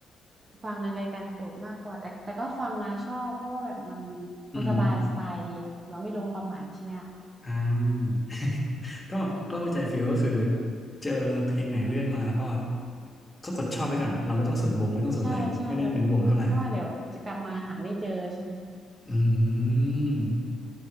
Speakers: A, on the right; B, on the left.
A: ฟังในรายการโปรดมากกว่าแต่แต่ก็ฟังนะชอบเพราะว่าแบบมัน
B: อืมอืมอม
A: มันสบายสบายดีอะเราไม่รู้ความหมายใช่ไหมล่ะ
B: อ่า <laughs> ก็ก็เข้าใจฟิลก็คือเจอเพลงไหนเลื่อนมาแล้วก็ก็กดชอบไปก่อนเราไม่ต้องสนวงไม่ต้องสนอะไรไม่ได้เน้นวงเท่าไหร่
A: ใช่ใช่แบบเพราะว่าเดี๋ยวจะกลับมาหาไม่เจอใช่ไหม
B: อืม